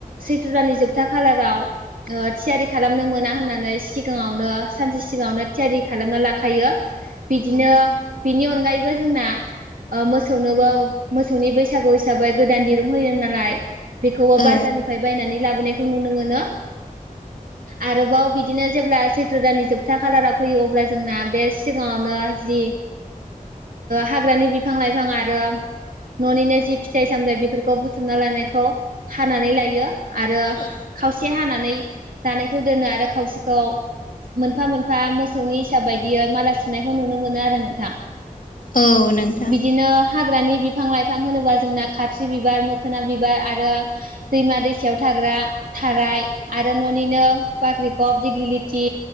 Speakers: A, on the right; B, on the left.
A: सैत्र दानि जोबथा खालाराव ओ थियारि खालामनो मोना होननानै सिगाङावनो सानसे सिगाङावनो थियारि खालामना लाखायो बिदिनो
B: औ
A: बिनि अनगायै जोंना मोसौनोबो मोसौनि बैसागु हिसाबै गोदान दिरुं होयो नालाय बेखौबो
B: औ
A: बाजारनिफ्राय बायनानै लाबोनायखौ नुनो मोनो आरोबाव बिदिनो जेब्ला सैथ्र दाननि जोबथा खालारा फैयो अब्ला जोंना बे सिगाङावनो ओ जि हाग्रानि बिफां लाइफां आरो न'निनो जि फिथाइ सामथाय बेफोरखौ बुथुमना लानायखौ हानानै लायो आरो
B: औ
A: खावसेया हानानै जानायखौ दोनो आरो खावसेखौ मोनफा मोनफा मोसौनि हिसाब बायदियै माला सुनायखौ नुनो मोनो आरो नोंथां
B: औ नोंथां
A: बिदिनो हाग्रानि बिफां लाइफां होनोबा जोंना खाथि्रि बिबार मोखोना बिबार आरो दैमा दैसायाव था ग्रा थाराय आरो न'निनो बाखि्खब दिग्लिलिथि